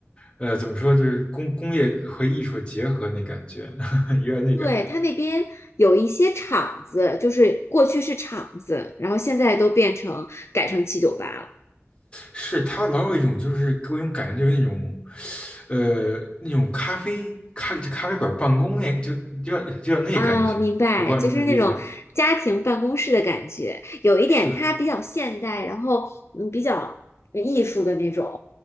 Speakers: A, on the left (about 25°); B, on the left (about 65°).
A: 呃，怎么说，就是工工业和艺术的结合那感觉，<laughs> 有点那感觉。
B: 对，它那边有一些厂子，就是过去是厂子，然后现在都变成改成七九八了。
A: 是它老有一种就是给我一种感觉，就是那种，呃，那种咖啡咖就咖啡馆办公那就就要就要那感觉，
B: 啊，明白，
A: 我不知道您能理解。
B: 就是那种家庭办公室的感觉，有一点它比较现代，
A: 是的，
B: 然后嗯，比较艺术的那种。